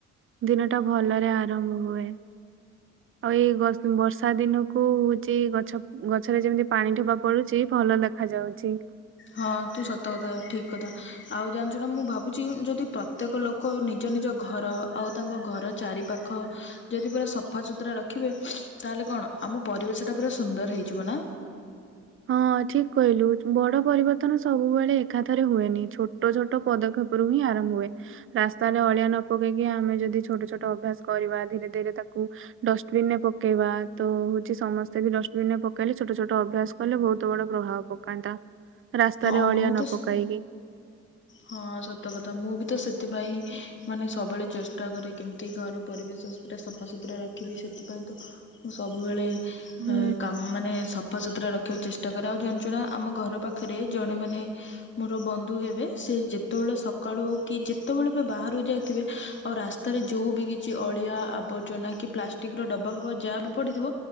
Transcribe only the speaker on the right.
ଦିନ ଟା ଭଲରେ ଆରମ୍ଭ ହୁଏ। ଆଉ ଏଇ ବର୍ଷା ଦିନକୁ ହୋଉଚି ଗଛ ଗଛରେ ଯେମିତି ପାଣି ଠୋପା ପଡୁଚି। ଭଲ ଦେଖା ଯାଉଚି।
<inaudible> ହଁ ଠିକ କହିଲୁ, ବଡ ପରିବର୍ତ୍ତନ ସବୁବେଳେ ଏକାଥରେ ହୁଏନି ଛୋଟ ଛୋଟ ପଦକ୍ଷେପ ହିଁ ଆରମ୍ଭ ହୁଏ, ରାସ୍ତା ହେଲେ ଅଳିଆ ନ ପକେଇକି ଆମେ ଯଦି ଛୋଟ ଛୋଟ ଅଭ୍ୟାସ କରିବା ଧୀରେ ଧୀରେ ଡଷ୍ଟବିନ ରେ ପକେଇବା ତ ହଉଚି, ସମସ୍ତେ ବି ଡଷ୍ଟବିନ ରେ ପକେଇଲେ ଛୋଟ ଛୋଟ ଅଭ୍ୟାସ କଲେ ବୋହୁତ ବଡ ପ୍ରଭାବ ପକାନ୍ତା। ରାସ୍ତାରେ
ଅଳିଆ
ନ
ପକାଇକି
ହୁଁ